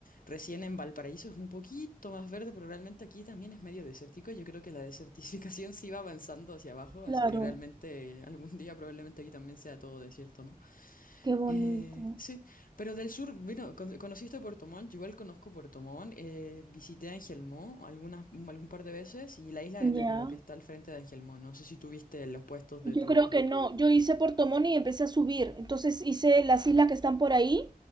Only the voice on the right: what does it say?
Claro,
qué bonito.
Ya.
Yo
creo que no. Yo hice Puerto Montt y empecé a subir. Entonces hice las islas que están por ahí,